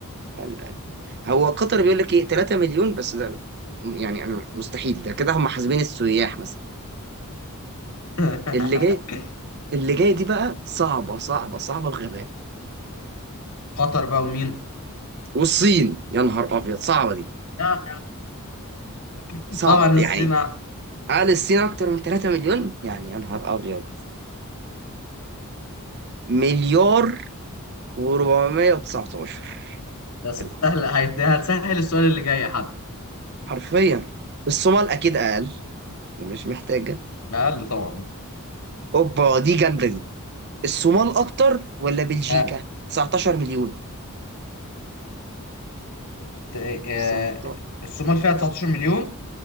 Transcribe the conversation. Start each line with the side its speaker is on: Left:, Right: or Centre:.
Right: أقل أقل هو قطر بيقول لك إيه 3 مليون بس ده يعني أنا مستحيل ده كده هم حاسبين السياح مثلا
Left: <laughs>
Right: اللي جاي اللي جايه دي بقى صعبه صعبه صعبه بغباء
Left: قطر بقى ومين
Right: والصين يا نهار ابيض صعبه دي
Left: لا، <laughs>
Right: صعبه
Left: طبعا الصين
Right: يعني
Left: أع-
Right: قال الصين اكتر من 3 مليون يعني يا نهار ابيض مليار و419
Left: ده
Right: يا نهار
Left: سهل هيت- هتسهل السؤال اللي جاي حتى
Right: حرفيا الصومال اكيد اقل يعني مش محتاجه
Left: اقل طبعا
Right: اوبا دي جامده دي الصومال اكتر ولا بلجيكا
Left: ها
Right: 19 مليون
Left: ت- آه،
Right: 19
Left: الصومال فيها 19 مليون